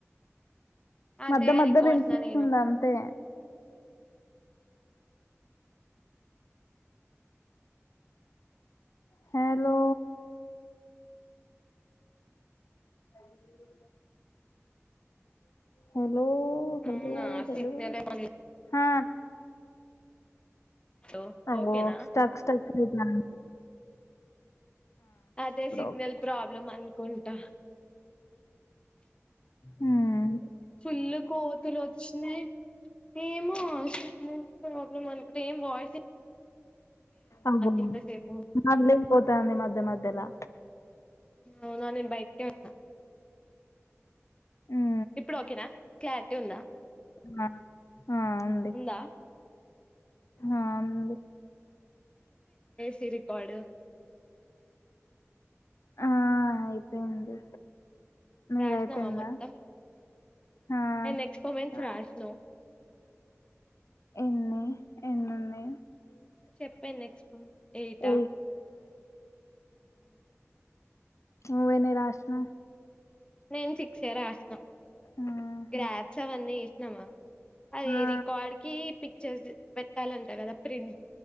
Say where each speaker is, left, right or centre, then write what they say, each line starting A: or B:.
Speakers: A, on the left; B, on the left.
A: అదే
B: మధ్య మధ్యలో
A: రికార్డ్
B: ఇన్పిస్తుందంతే
A: చేసిన నేను
B: హెలో అఐూరుకు <unintelligible>
A: అవునా సిగ్నల్ ఏమో
B: ఆహా
A: లేదు
B: అబ్బొ
A: ఓకేనా
B: స్టక్ స్టక్ ఐతాంది
A: అదే సిగ్నల్
B: ఓకే
A: ప్రాబ్లమ్ అనుకుంటా
B: మ్మ్
A: ఫుల్లు కోతులొచ్చినయ్ ఏమో సిగ్నల్ ప్రాబ్లమ్ అనుకు <unintelligible> ఏం వాయిసే
B: అది
A: ఇంతసేపు
B: మళ్ళీ పోతాంది మధ్య మధ్యలా
A: ఆవునా నేన్ బయట్కే ఉన్నా
B: మ్
A: ఇప్పుడు ఓకేనా క్లారిటీ ఉందా
B: ఆ ఆ, ఉంది
A: ఉందా
B: ఆ ఉంది
A: ది రికార్డు
B: ఆ అయిపోయింది మీది
A: రాసినావా
B: అయిపోయిందా
A: మొత్తం
B: ఆ,
A: ఎన్నెక్స్పెరిమెంట్స్
B: ఆ,
A: రాసినావ్
B: ఎన్నై ఎన్నున్నై
A: చెప్పేను నెక్స్ట్ ఏయిటా
B: ఎయిట్
A: హ
B: నువ్వెన్ని రాసినావు
A: నేను సి చే రాసినం
B: ఆహా.
A: గ్రాఫ్సవన్నీ నమ అది
B: ఆ,
A: రికార్డ్ కి పిక్చర్స్ పెట్టాలంట కదా ప్రిన్